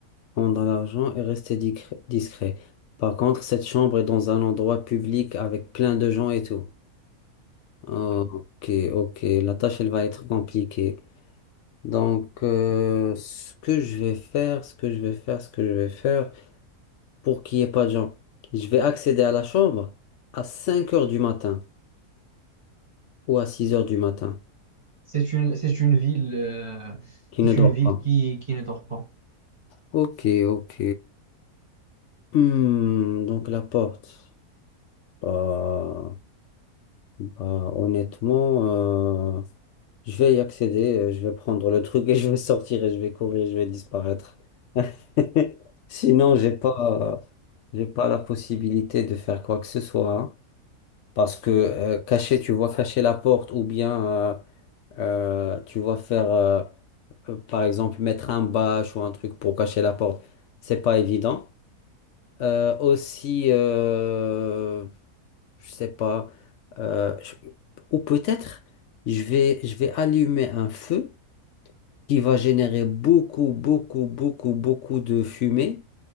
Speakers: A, on the left; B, on the right.
A: prendre l'argent et rester dic- discret. Par contre, cette chambre est dans un endroit public avec plein de gens et tout. Ok,
B: Oui.
A: ok. La tâche, elle va être compliquée. Donc, euh, ce que je vais faire, ce que je vais faire, ce que je vais faire, pour qu'il n'y ait pas de gens, je vais accéder à la chambre à 5 heures du matin. ou à 6 heures du matin,
B: C'est une, c'est une ville, euh,
A: qui
B: c'est
A: ne dort
B: une ville
A: pas.
B: qui, qui ne dort pas.
A: Ok, ok. Hmm, donc la porte. Bah, bah, honnêtement, euh, je vais y accéder, euh, je vais prendre le truc et <laughs> je vais sortir et je vais courir, je vais disparaître. <laughs> Sinon, j'ai pas, euh, j'ai pas la possibilité de faire quoi que ce soit. hein. Parce que euh, cacher, tu vois, cacher la porte ou bien euh, Euh, tu vois, faire, euh, euh, par exemple, mettre un bâche ou un truc pour cacher la porte, c'est pas évident. Euh, aussi, euh, je sais pas, euh, je- ou peut-être je vais, je vais allumer un feu qui va générer beaucoup, beaucoup, beaucoup, beaucoup de fumée.